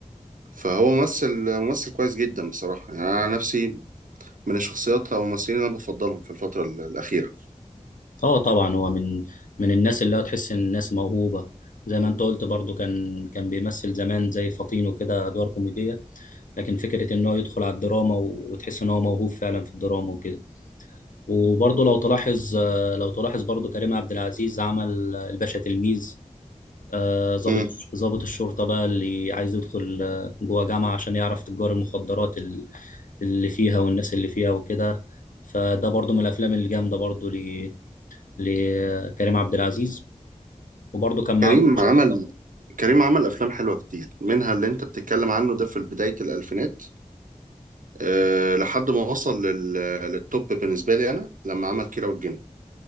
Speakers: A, on the right; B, on the left.
A: فهو ممثل ممثل كويس جدا بصراحة يعني أنا نفسي من الشخصيات أو الممثلين اللي أنا بفضلهم في الفترة ال- الأخيرة
B: اه طبعا هو من من الناس اللي هو تحس ان الناس موهوبة زي ما انت قلت برضو كان كان بيمثل زمان زي فطين وكده ادوار كوميدية لكن فكرة ان هو يدخل على الدراما و... وتحس ان هو موهوب فعلا في الدراما وكده وبرضو لو تلاحظ لو تلاحظ برضو كريم عبد العزيز عمل الباشا تلميذ آه، ضابط
A: مم.
B: ضابط الشرطة بقى اللي عايز يدخل آه، جوه جامعة عشان يعرف تجار المخدرات ال- اللي فيها والناس اللي فيها وكده فده برضو من الأفلام الجامدة برضو ل- لكريم عبد العزيز وبرضو كان معاه
A: كريم عمل كريم عمل أفلام حلوة كتير منها اللي أنت بتتكلم عنه ده في بداية الألفينات أه لحد ما وصل لل... للتوب بالنسبه لي انا لما عمل كيرة والجن